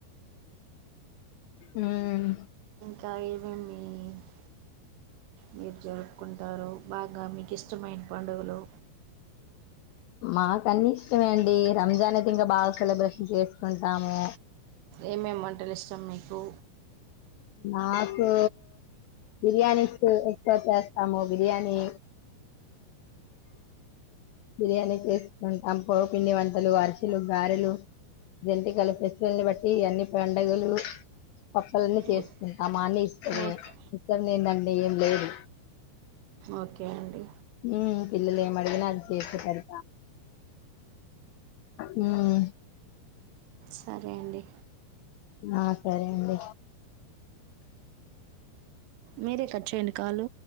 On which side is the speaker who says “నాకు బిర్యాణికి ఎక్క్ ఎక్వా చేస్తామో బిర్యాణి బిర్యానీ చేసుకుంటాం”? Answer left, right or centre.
Left